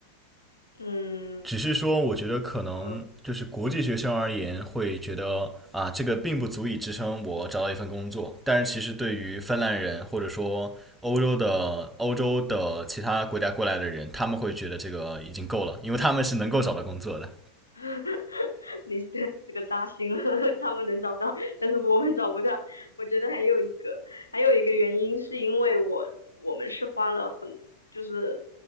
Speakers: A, on the left; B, in the centre.
A: 嗯
B: 只是说，我觉得可能就是国际学生而言，
A: 嗯。
B: 会觉得啊，这个并不足以支撑我找到一份工作。但是其实对于芬兰人或者说欧洲的欧洲的其他国家过来的人，他们会觉得这个已经够了，因为他们是能够找到工作的。
A: <laughs> 你这这个扎心了，<laughs> 他们能找到，但是我们找不到。我觉得还有一个，还有一个原因是因为我我们是花了很就是